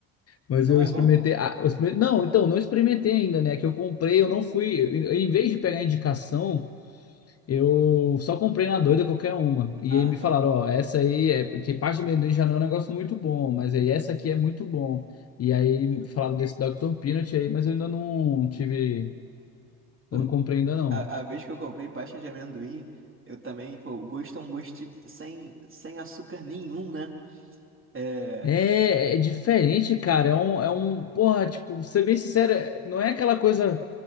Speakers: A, on the left (about 35°); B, on the right (about 25°).
A: Mas
B: não
A: eu
B: é
A: experimentei.
B: bom?
A: ah, eu experimen- Não, então, não experimentei ainda, né? Que eu comprei, eu não fui. Em em vez de pegar indicação. Eu só comprei na doida qualquer uma. E
B: Ah,
A: aí me
B: tá.
A: falaram, ó, essa aí é porque parte de amendoim já não é um negócio muito bom, mas aí essa aqui é muito bom. E aí
B: É.
A: falaram desse Dr. Peanut aí, mas eu ainda não tive,
B: Pô,
A: eu não comprei ainda não.
B: a, a vez que eu comprei pasta de amendoim, eu também, pô, o gosto é um gosto sem, sem açúcar nenhum, né? É,
A: É, é diferente, cara. É um, é um, porra, tipo, ser bem sincero, é- não é aquela coisa.